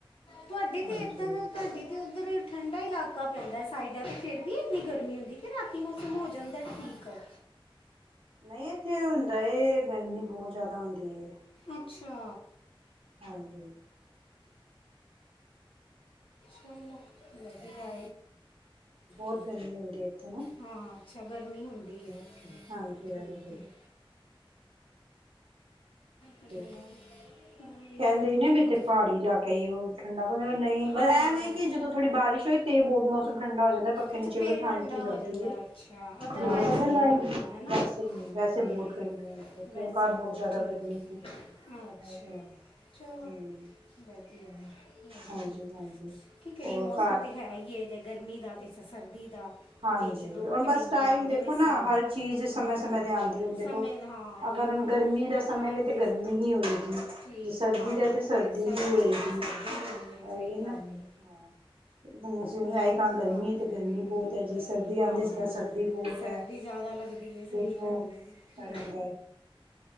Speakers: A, on the left (about 75°); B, on the right (about 75°).
A: ਤੁਹਾਡੀੇ ਤੇ
B: ਹਾਂਜੀ
A: ਇਧਰ ਤੁਹਾਡੇ ਤੇ ਉੱਧਰ ਠੰਡਾ ਇਲਾਕਾ ਪੈਂਦਾ ਸਾਈਡਾਂ ਤੇ ਫੇਰ ਵੀ ਇੰਨੀ ਗਰਮੀ ਹੁੰਦੀ ਕਿ ਕਿ ਮੌਸਮ ਹੋ ਜਾਂਦਾ ਠੀਕ ਆ।
B: ਨਹੀਂ ਇਥੇ ਹੁੰਦਾ ਗਰਮੀ ਬਹੁਤ ਜਿਆਦਾ ਹੁੰਦੀ।
A: ਅੱਛਾ।
B: ਹਾਂਜੀ।
A: ਚਲੋ। ਵਧੀਆ।
B: ਬਹੁਤ
A: ਕੇ
B: ਗਰਮੀ ਹੁੰਦੀ ਇੱਥੇ ਨਾ
A: ਹਾਂ। ਅੱਛਾ, ਗਰਮੀ ਹੁੰਦੀ ਹੈ।
B: ਹਾਂਜੀ-
A: ਠੀਕ
B: ਹਾਂਜੀ।
A: ਹੈ ਚੰਗਾ
B: ਤੇ
A: ਨਾ ਗੋਲੀ
B: ਕਹਿੰਦੇ ਹੀ ਨਾ ਵੀ
A: ਹਾਂ
B: ਇੱਥੇ ਪਹਾੜੀ ਇਲਾਕੇ ਕਈ ਉਹ ਠੰਡਾ ਪਤਾ ਨਹੀਂ ਮ
A: ਹਾਂ
B: ਐਵੇਂ ਕਿ ਜਦੋਂ ਥੋੜੀ ਬਾਰਿਸ਼ ਹੋਈ ਤੇ ਬਹੁਤ ਮੌਸਮ ਠੰਡਾ ਹੋ ਜਾਂਦਾ ਪੱਖੇ
A: ਅੱਛਾ
B: ਨੀਚੇ
A: ਫੇਰ
B: ਵੀ ਠੰਡ
A: ਠੰਡਾ
B: ਕੀ ਲੱਗਦੀ
A: ਹੋ ਜਾਂਦਾ
B: ਹੈਵਾ।
A: ਹੈ, ਅੱਛਾ ਅਦਰਵਾਈਜ਼
B: ਬ
A: ਨਹੀਂ
B: <unintelligible>
A: ਹੁੰਦਾ ਹੈ ਨਾ
B: ਨਹੀਂ ਵੈਸੇ
A: ਹੂੰ
B: ਬਹੁਤ ਗਰਮੀ ਆਦੀ ਹੈ।
A: ਵੈਸੇ
B: ਕਿਉਂਕ ਬਹੁਤ ਜ਼ਿਆਦਾ ਗਰਮੀ
A: ਅੱਛਾ,
B: ਸੀ। ਵੈਸੇ
A: ਚਲੋ।
B: ਹੂੰ
A: ਵਧੀਆ ਹੋ
B: ਹਾਂਜੀ-ਹਾਂਜੀ
A: ਕੀ। ਕਰੀਏ
B: ਹੋਰ
A: ਮੌਸਮ
B: ਘਰ
A: ਤੇ ਹੈ ਹੀ ਹੈ। ਗਰਮੀ ਦਾ ਅਤੇ ਸਰਦੀ ਦਾ।
B: ਹਾਂਜੀ,
A: ਤੇ ਵਿੱਚ ਦੋ
B: ਹੁਣ
A: ਕੁ
B: ਬਸ
A: ਮਹੀਨੇ
B: ਟਾਈਮ
A: ਆਉਂਦੇ
B: ਦੇਖੋ
A: ਨੇ ਸਹੀ
B: ਨਾ ਹਰ ਚੀਜ਼
A: ਹਾਂ
B: ਸਮੇਂ- ਸਮੇਂ ਤੇ ਆਉਂਦੀ ਹੁਣ ਦੇਖੋ।
A: ਸਮੇਂ ਦਾ ਹਾਂ
B: ਅਗਰ
A: ਉਹ
B: ਹੁਣ
A: ਹੀ
B: ਗਰਮੀ ਦਾ ਸਮੇਂ
A: ਟਾਈਮ
B: ਵੀ ਤਾਂ
A: ਦੇ
B: ਗਰਮੀ ਨਹੀਂ ਹੋਏਗੀ।
A: ਠੀਕ
B: ਜੇ ਸਰਦੀ
A: ਹਾਂ
B: ਦਾ ਤੇ
A: ਉਹ
B: ਸਰਦੀ ਵੀ ਹੋਏਗੀ।
A: ਹੈ ਤੇ ਸਰਦੀ ਹੋਣੀ
B: ਹੈ
A: ਸਹੀ ਗੱਲ
B: ਨਾ ਹ
A: ਹੈ ਮੌਸਮ
B: ਆਏ ਤਾਂ
A: ਦੇ
B: ਗਰਮੀ
A: ਹਿਸਾਬ
B: ਹੈ
A: ਨਾਲ
B: ਤੇ ਗਰਮੀ
A: ਤਾਂ।
B: ਬਹੁਤ ਹੈ ਜੀ
A: ਗਰਮੀ
B: ਸਰਦੀ
A: ਹਾਂ।
B: ਆਂਦੀ ਸੀ ਸਰਦੀ ਬਹੁਤ
A: ਸਰਦੀ
B: ਹੈ।
A: ਜ਼ਿਆਦਾ ਲੱਗਦੀ ਹੈ ਸਹੀ
B: ਜੋ-ਜੋ
A: ਗੱਲ ਹੈ। ਹ
B: ਰਹਿੰਦਾ ਹੈ